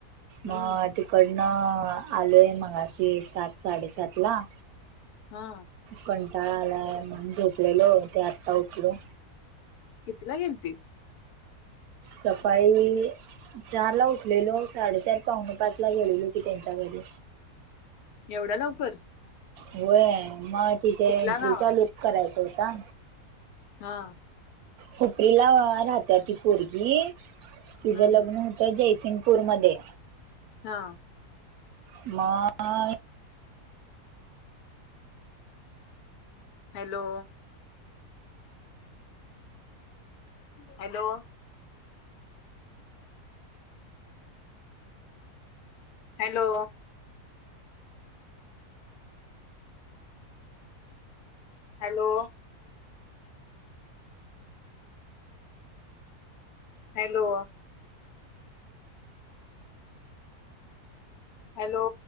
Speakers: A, on the left (about 75°); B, on the right (about 75°).
A: हम्म
B: मग तिकडनं आलोय मगाशी सात साडेसात ला.
A: हा
B: कंटाळा आला म्हण झोपलेलो ते आत्ता उकलो.
A: कितीला गेलतीस
B: सकाळी मी चार ला उठलेलो साडेचार पावुणे पाच ला गेलेलो की त्यांच्या घरी.
A: एवढा लवकर?
B: होय मग तिथे
A: कुठल्या
B: एंट्रीचा
A: गावाला
B: लूप करायचा होता.
A: हा
B: खपरीला राहत्या ती पोरगी तिच
A: हम्म
B: लग्न होत. तर जयसिंगपूरमध्ये
A: हा
B: माय
A: hello hello hello hello hello hello